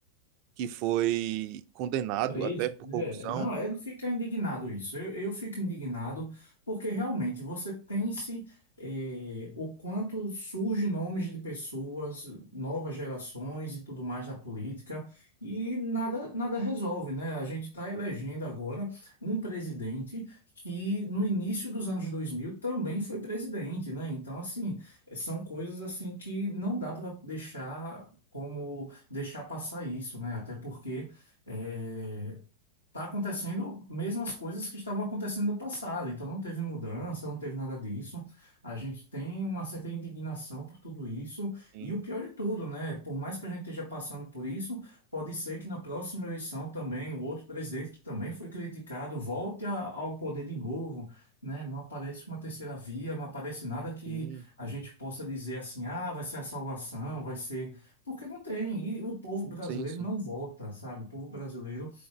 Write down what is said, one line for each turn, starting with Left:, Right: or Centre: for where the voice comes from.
Right: que foi condenado
Left: Preso,
Right: até por
Left: né?
Right: corrupção.
Left: Não, é de ficar indignado isso. Eu, eu fico indignado porque realmente você pense eh, o quanto surge nomes de pessoas, novas gerações e tudo mais na política e nada nada resolve, né? A gente está elegendo agora um presidente que no início dos anos 2000 também foi presidente, né? Então, assim, eh, são coisas assim que não dá para deixar como deixar passar isso, né? Até porque é, tá acontecendo mesmas coisas que estavam acontecendo no passado, então não teve mudança, não teve nada disso. A gente tem uma certa indignação por tudo isso,
Right: Sim,
Left: e o pior de tudo, né? Por mais que a gente esteja passando por isso, pode ser que na próxima eleição também o outro presidente que também foi criticado volte a- ao poder de novo, né? Não aparece uma terceira via, não aparece nada que
Right: sim,
Left: a gente possa dizer assim, ah, vai ser a salvação, vai ser. Porque não tem, e o povo brasileiro
Right: sim, sim.
Left: não volta, sabe? O povo brasileiro